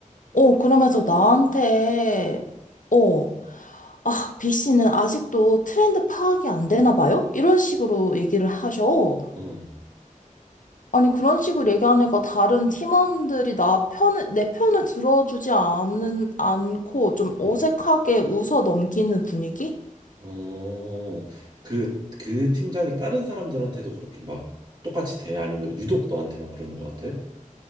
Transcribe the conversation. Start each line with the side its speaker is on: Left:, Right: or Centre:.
Left: 어, 그러면서 나한테, 어, 아, B 씨는 아직도 트렌드 파악이 안 되나 봐요? 이런 식으로 얘기를 하셔.
Right: 응,
Left: 아니, 그런 식으로 얘기하니까 다른 팀원들이 나 편을, 내 편을 들어주지 않은 않고 좀 어색하게
Right: 응.
Left: 웃어 넘기는 분위기?
Right: 어, 그, 그 팀장이 다른 사람들한테도 그렇게 막 똑같이 돼? 아니면 유독 너한테만 그러는 것 같아?